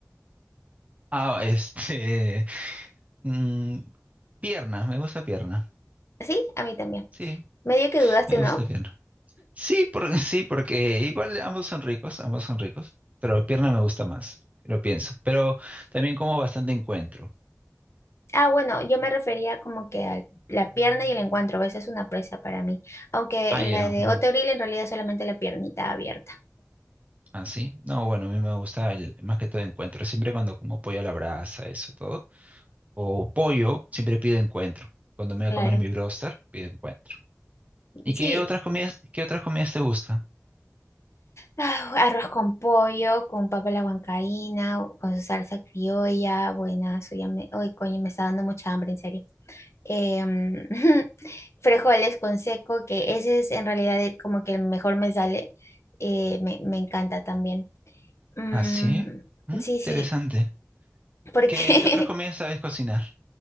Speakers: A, on the right; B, on the left.
A: Ah, <laughs> este, mm, pierna, me gusta pierna.
B: ¿Sí? A mí también.
A: Sí,
B: Medio que dudaste,
A: me gusta
B: ¿no?
A: pierna. Sí, porque <laughs> sí, porque igual ambos son ricos, ambos son ricos, pero pierna me gusta más, lo pienso. Pero también como bastante encuentro.
B: Ah, bueno, yo me refería como que a la pierna y el encuentro. A veces es una presa para mí. Aunque
A: Ah,
B: en
A: ya.
B: la de
A: mm.
B: Autogrill en realidad es solamente la piernita abierta.
A: Ah, sí. No, bueno, a mí me gusta el, más que todo encuentro. Siempre cuando como pollo a la brasa, eso todo. O pollo, siempre pido encuentro. Cuando me voy
B: Claro.
A: a comer mi broster, pido encuentro. ¿Y
B: Sí,
A: qué otras comidas, qué otras comidas te gustan?
B: Ah, Arroz con pollo, con papa a la huancaína, con su salsa criolla, buenazo, ya me, uy, coño, me está dando mucha hambre, en serio. Em, <laughs> frijoles con seco, que ese es en realidad el- como que el mejor me sale, eh, me, me encanta también. Mm,
A: Ah, sí. Mm,
B: sí,
A: Interesante.
B: sí, porque
A: ¿Qué, qué otras comidas
B: <laughs>
A: sabes cocinar?